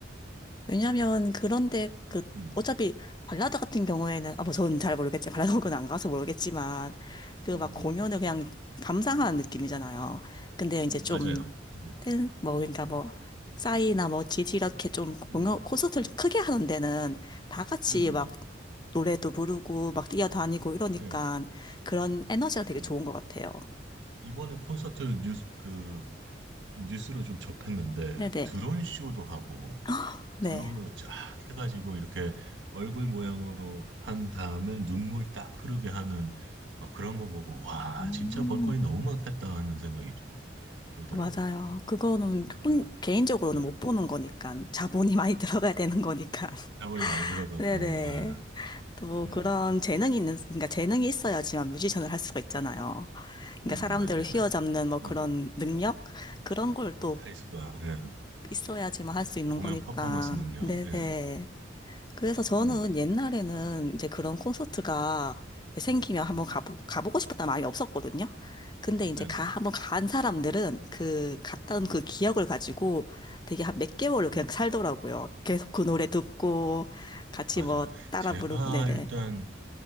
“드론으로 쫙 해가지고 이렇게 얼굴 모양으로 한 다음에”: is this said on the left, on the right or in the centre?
Right